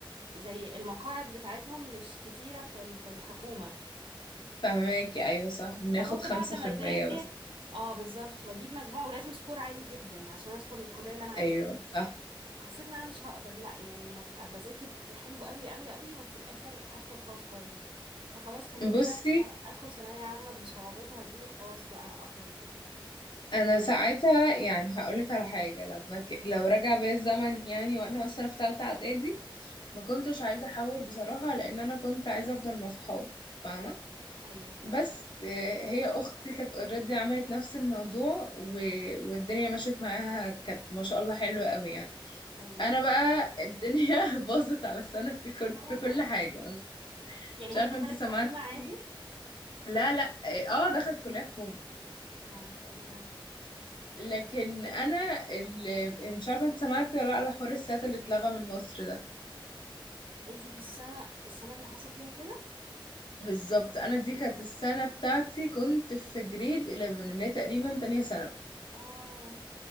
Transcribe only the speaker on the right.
زي المقاعد بتاعتهم مش كتيرة في ال- في الحكومة
فخفت
بعد ما
اذاكر
اه بالظبط واجيب مجموع ولازم سكور عالي جدا عشان ادخل الكليه اللي انا عايزاها
فحسيت ان انا مش هقدر لا يعني هبقى بذاكر حلو قوي قوي قوي وفي الاخر هدخل خاص برضو فخلاص خليني
بقى ادخل ثانويه عامه بصعوباتها دي وخلاص بقى اخلص يعني
ايوه فاهمك
ايوه
يا
لهوي
يعني
هي دخلت
حكومه عادي
اه ما شاء الله
انتي في السنه السنه اللي حصل فيها كده
اه